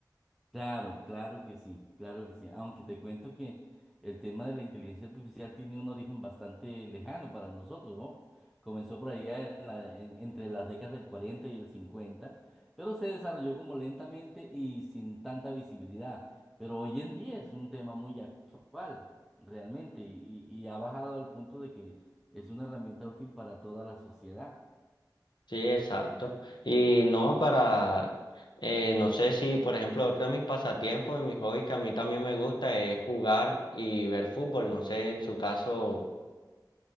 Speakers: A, in the centre; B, on the left (about 80°).
A: Claro, claro que sí, claro que sí. Aunque te cuento que el tema de la inteligencia artificial tiene un origen bastante lejano para nosotros, ¿no? Comenzó por allá en la- en- entre las décadas del 40 y el 50, pero se desarrolló como lentamente y sin tanta visibilidad. Pero hoy en día es un tema muy actual, realmente, y, y y ha bajado al punto de que es una herramienta útil para toda la sociedad.
B: Sí, exacto. Y no para, eh, no sé si, por ejemplo, otro de mis pasatiempos y mis hobbies que a mí también me gusta es jugar y ver fútbol. No sé, en su caso.